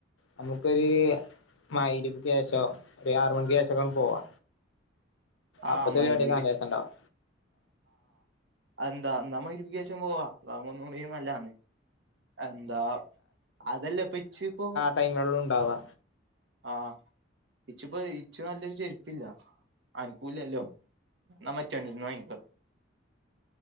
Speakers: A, on the left (about 80°); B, on the right (about 65°).
A: ഞമ്മക്കൊര് മഗ്‌രിബിക്ക് ശേഷം ഒര് ആറ് മണിക്ക് ശേഷം ഒക്കെ പോവാ
B: ആഹ്
A: അപ്പത്തെ പരിപാടിയൊക്കെ
B: മഗ്‌രിബിക്ക്
A: നല്ല രസണ്ടാവും
B: അതെന്താ ന്നാ മഗ്‌രിബിക്ക് ശേഷം പോവാ അതാവുമ്പൊ <unintelligible> നല്ലതാണ് എന്താ അതല്ല ഇപ്പ ഇച്ച് ഇപ്പോ
A: ടൈമൊള്ളൂ ഇണ്ടാവാ
B: ആഹ് ഇച്ചിപ്പൊ ഇച്ച് നല്ലൊരു ചെര് പ്പില്ല. അനക്കൂലല്ലോ ഇന്നാ മറ്റോട്ത്ത്ന്ന് വാങ്ങിക്കാ